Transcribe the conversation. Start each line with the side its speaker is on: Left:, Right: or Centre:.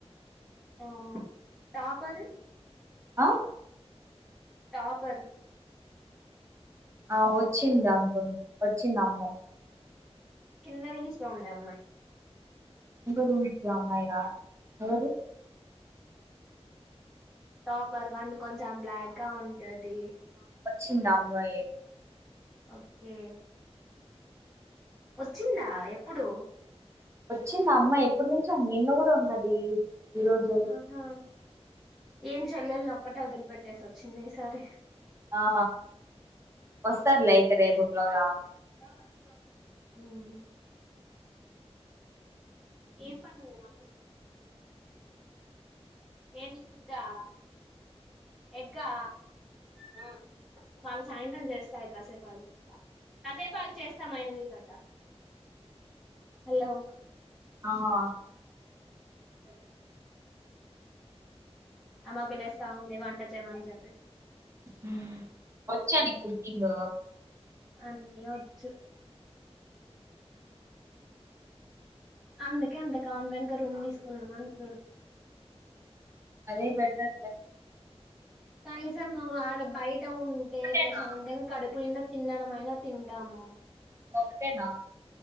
Centre: ఆ టాపరు
Right: ఆ
Centre: టాపర్
Right: ఆ వచ్చింది అనుకుం వచ్చింది అమ్మాయి
Centre: కింద రూమ్స్ లో ఉంది అమ్మయ్
Right: కింద రూమ్స్ లో అమ్మయా ఎవరు
Centre: టాపర్ వన్ కొంచెం బ్లాక్ గా ఉంటది
Right: చిన్నమ్మయి
Centre: ఓకే వచ్చిందా ఎప్పుడు
Right: వచ్చింది అమ్మాయి ఎప్పుటి నుంచో నిన్న కూడా ఉన్నది ఈ రోజు
Centre: ఆహా ఏం చెల్లెల్ని ఒక్కటే వదిలిపెట్టేసి వచ్చింది ఈసారి
Right: ఆ వస్తాదిలే అయితే రేపుట్లోగా
Centre: మ్ ఏం పనుంది మా ఏంటి గుడ్డా ఎగ్గా హ్మ్ వాళ్ళు సాయంత్రం చేస్తారు కసేపాగు కసేపాగు చేస్తాం ఆయన మీ కట్టా హలో
Right: ఆ
Centre: సర్ అమ్మ పిల్లస్తా ఉంది వంట చేయమని చెప్పి
Right: హ్మ్ వచ్చా నిక్ కుకింగ్
Centre: అన్ని వచ్చు అందుకే అంత కాన్ఫిడెంట్ గా రూమ్ తీసుకునున్న అంటున్నా
Right: అదే బెటర్లే
Centre: కనీసం నువ్ ఆడ బయట ఉంటే
Right: ఒక్కటేనా
Centre: ప్రశాంతంగా కడుపు నిండ తిన్నానమ అయినా తింటాము
Right: ఒక్కటేనా